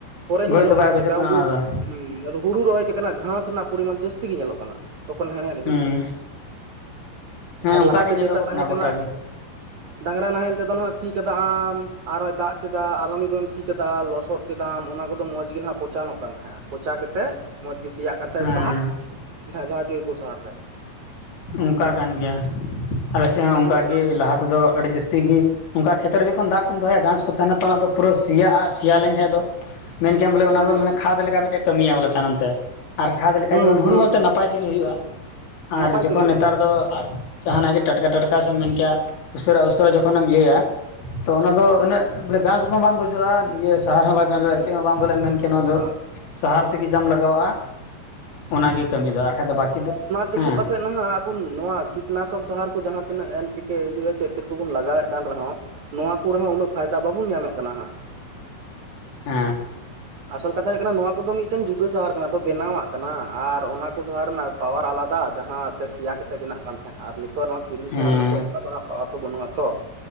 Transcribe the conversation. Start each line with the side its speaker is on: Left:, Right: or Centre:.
Right: ᱯᱚᱨᱮ ᱧᱮᱞᱚᱜ
Left: ᱜᱚᱡ ᱫᱚ
Right: ᱠᱟᱱᱟ
Left: ᱵᱟᱭ ᱜᱚᱡᱚᱜ
Right: ᱪᱮᱠᱟ ᱦᱩᱲᱩ
Left: ᱚᱱᱟ ᱫᱚ
Right: ᱦᱩᱸᱦᱩᱲᱩ ᱨᱚᱦᱚᱭ ᱠᱟᱛᱮ ᱱᱟᱜ ᱜᱷᱟᱥ ᱨᱮᱱᱟᱜ ᱯᱚᱨᱤᱢᱟᱱ ᱡᱟᱹᱥᱛᱤ ᱜᱤ ᱧᱮᱞᱚᱜ ᱠᱟᱱᱟ᱾ ᱛᱚᱠᱷᱚᱱ ᱦᱮᱲᱦᱮᱫ ᱦᱩᱭᱩᱜ
Left: ᱦᱮᱸ
Right: ᱠᱟᱱᱟ ᱾
Left: ᱦᱮᱸ
Right: ᱟᱨ
Left: ᱚᱱᱠᱟ
Right: ᱞᱟᱦᱟᱛᱮ
Left: ᱜᱮ ᱧᱮᱞᱚᱜᱚᱜ
Right: ᱡᱮᱴᱟ ᱛᱟᱦᱮᱸ ᱠᱟᱱᱟ
Left: ᱜᱚᱴᱟ ᱜᱮ
Right: ᱰᱟᱝᱨᱟ ᱱᱟᱦᱮᱞ ᱛᱮᱫᱚ ᱱᱟᱜ ᱥᱤ ᱠᱮᱫᱟᱢ ᱟᱨ ᱦᱚᱸᱭ ᱫᱟᱜ ᱠᱮᱫᱟ ᱟᱨᱦᱚᱸ ᱢᱤᱫ ᱫᱚᱢᱮᱢ ᱥᱤ ᱠᱮᱫᱟ ᱞᱚᱥᱚᱫ ᱠᱮᱫᱟᱢ ᱚᱱᱟ ᱠᱚᱫᱚ ᱢᱚᱸᱡᱽ ᱜᱮ ᱛᱤᱱᱟᱹᱜ ᱯᱚᱪᱟᱱᱚᱜ ᱠᱟᱱ ᱛᱟᱦᱮᱸᱫᱼᱟ᱾ ᱯᱚᱪᱟ ᱠᱟᱛᱮ ᱢᱚᱸᱡᱽ ᱜᱮ ᱥᱮᱭᱟᱜ ᱠᱟᱱ ᱛᱟᱦᱮᱸᱜ
Left: ᱦᱮᱸ
Right: ᱡᱟᱦᱟᱸ ᱡᱚᱭᱵᱚ ᱥᱟᱨ ᱨᱮ
Left: ᱚᱱᱠᱟ ᱠᱟᱱ ᱜᱮᱭᱟ ᱟᱞᱮ ᱥᱮᱜ ᱦᱚᱸ ᱚᱱᱠᱟᱜᱤ
Right: ᱱᱤᱛᱚᱜ
Left: ᱞᱟᱦᱟ ᱛᱮ ᱫᱚ ᱟᱹᱰᱤ ᱡᱟᱹᱥᱛᱤ ᱜᱤ ᱚᱱᱠᱟ ᱠᱷᱮᱛᱨᱮ ᱨᱮ ᱡᱚᱠᱷᱚᱱ ᱫᱟᱜ ᱠᱚᱢ ᱫᱚᱦᱚᱭᱟ ᱜᱷᱟᱸᱥ ᱠᱚ ᱛᱟᱦᱮᱱᱟ᱾ ᱛᱚ ᱯᱩᱨᱟᱹ ᱥᱮᱭᱟᱜᱼᱟ ᱟᱨ ᱥᱮᱭᱟ ᱞᱮᱱᱠᱷᱟᱡ ᱫᱚ ᱢᱮᱱᱠᱷᱟᱢ ᱵᱚᱞᱮ
Right: ᱦᱩᱸ
Left: ᱚᱱᱟ ᱫᱚ ᱢᱟᱱᱮ ᱠᱷᱟᱫᱽ ᱞᱮᱠᱟᱭ ᱢᱤᱫᱴᱮᱱ ᱠᱟᱹᱢᱤᱭᱟ ᱵᱚᱞᱮ ᱛᱟᱭᱱᱚᱢ ᱛᱮ ᱟᱨ ᱠᱷᱟᱫᱽ ᱞᱮᱠᱟ
Right: ᱦᱩᱸ
Left: ᱡᱮᱢᱚᱱ ᱦᱩᱲᱩ
Right: ᱦᱩᱸ
Left: ᱦᱚᱸᱛᱚ
Right: ᱦᱩᱸ
Left: ᱱᱟᱯᱟᱭ
Right: ᱦᱩᱸ
Left: ᱛᱮᱜᱮ ᱦᱩᱭᱩᱜᱼᱟ ᱟᱨ
Right: ᱱᱟᱯᱟᱭ
Left: ᱡᱚᱠᱷᱚᱱ
Right: ᱛᱮᱜᱮ ᱦᱩᱭᱩᱜᱼᱟ
Left: ᱱᱮᱛᱟᱨ ᱫᱚ ᱟᱨ ᱡᱟᱦᱟᱸᱱᱟᱜ ᱜᱮ ᱴᱟᱴᱠᱟ ᱴᱟᱴᱠᱟ ᱥᱮᱢ ᱢᱮᱱ ᱠᱮᱭᱟ ᱩᱥᱟᱹᱨᱟ ᱩᱥᱟᱹᱨᱟ ᱡᱚᱠᱷᱚᱱᱮᱢ ᱤᱭᱟᱹᱭᱟ ᱛᱚ ᱚᱱᱟᱫᱚ ᱩᱱᱟᱹᱜ ᱵᱚᱞᱮ ᱜᱷᱟᱥᱠᱚ ᱵᱟᱝ ᱜᱚᱡᱚᱜᱼᱟ᱾ ᱥᱟᱦᱟᱨ ᱦᱚᱸ ᱵᱟᱢ ᱢᱮᱱ
Right: ᱦᱩᱸ
Left: ᱫᱟᱲᱮᱭᱟᱜᱼᱟ ᱾ ᱪᱮᱫ ᱦᱚᱸ ᱵᱟᱢ ᱵᱚᱞᱮᱢ ᱢᱮᱱ ᱠᱮᱭᱟ ᱱᱚᱣᱟ ᱫᱚ
Right: ᱵᱟᱝ ᱵᱟᱝ
Left: ᱥᱟᱦᱟᱨ ᱛᱮᱜᱮ ᱡᱟᱢ ᱞᱟᱜᱟᱣᱟᱜᱼᱟ᱾ ᱚᱱᱟᱜᱮ ᱠᱟᱹᱢᱤ ᱫᱚ ᱟᱨ ᱠᱷᱟᱡ ᱫᱚ ᱵᱟᱠᱤ ᱫᱚ
Right: ᱛᱮᱜᱤ
Left: ᱦᱮᱸ
Right: ᱯᱟᱥᱮᱡ ᱱᱟᱦᱟᱜ ᱟᱵᱚ ᱱᱚᱣᱟ ᱠᱤᱴᱱᱟᱥᱚᱠ ᱥᱟᱦᱟᱨ ᱠᱚ ᱡᱟᱦᱟᱸ ᱛᱤᱱᱟᱹᱜ ᱮᱱ ᱯᱤᱠᱨᱤᱭᱟ ᱪᱮᱫ ᱪᱮᱫ ᱠᱚᱵᱚᱱ ᱞᱟᱜᱟᱣᱮᱫ ᱠᱟᱱ ᱨᱮᱦᱚᱸ ᱱᱚᱣᱟᱠᱚ ᱨᱮᱦᱚᱸ ᱩᱱᱟᱹᱜ ᱯᱷᱟᱭᱫᱟ ᱵᱟᱵᱩᱱ ᱧᱟᱢᱮᱫ ᱠᱟᱱᱟ ᱦᱟᱸᱜ᱾ <unintelligible>
Left: ᱦᱮ
Right: ᱟᱥᱚᱞ ᱠᱟᱛᱷᱟ ᱦᱩᱭᱩᱜ ᱠᱟᱱᱟ᱾ ᱱᱚᱣᱟ ᱠᱚᱫᱚ ᱢᱤᱫᱴᱟᱝ ᱡᱩᱫᱟᱹ ᱥᱟᱦᱟᱨ ᱠᱟᱱᱟ ᱛᱚ ᱵᱮᱱᱟᱣᱟᱜ ᱠᱟᱱᱟ ᱟᱨ ᱚᱱᱟ ᱠᱚ ᱥᱟᱦᱟᱨ ᱨᱮᱱᱟᱜ ᱯᱟᱣᱟᱨ ᱟᱞᱟᱫᱟ ᱡᱟᱦᱟᱸ ᱛᱮ ᱥᱮᱭᱟ ᱠᱟᱛᱮ ᱵᱮᱱᱟᱜ ᱠᱟᱱ ᱛᱟᱦᱮᱸᱫ ᱟᱨ ᱱᱤᱛ ᱛᱚ ᱱᱚᱣᱟ ᱠᱤᱨᱤᱧ
Left: ᱦᱮᱸ
Right: ᱥᱟᱨ ᱨᱮᱱᱟᱜ ᱫᱚ ᱚᱱᱠᱟ ᱫᱚ ᱦᱟᱜ ᱯᱟᱣᱟᱨ ᱫᱚ ᱵᱟᱹᱱᱩᱜᱼᱟ᱾ ᱛᱚ